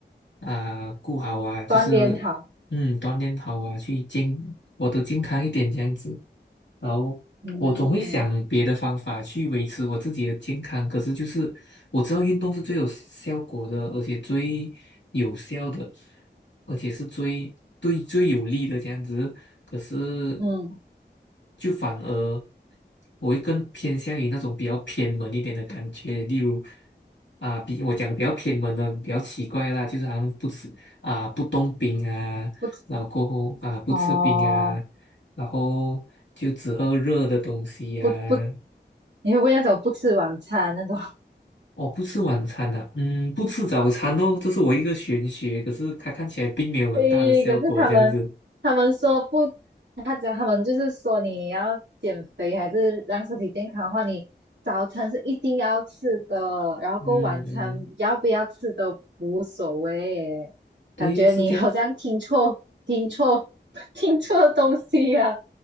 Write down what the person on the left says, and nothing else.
啊、顾好啊，就是
嗯，锻炼好啊，去健，我的健康一点这样子。然后我总会想别的方法去维持我自己的健康，
可是就是我知道运动是最有效果的，而且最有效的，而且是最对最有利的这样子。可是
就反而我会更偏向于那种比较偏门一点的感觉，例如啊，比我讲比较偏门的比较奇怪的啦，就是好像不吃啊不动冰啊。
然后过后啊不吃冰啊，
然后就只喝热的东西呀、
啊
哦，不吃晚餐的、嗯，不吃早餐哦，这是我一个玄学，可是它看起来并没有很大的效果，
这样子。
嗯嗯，对又是这样。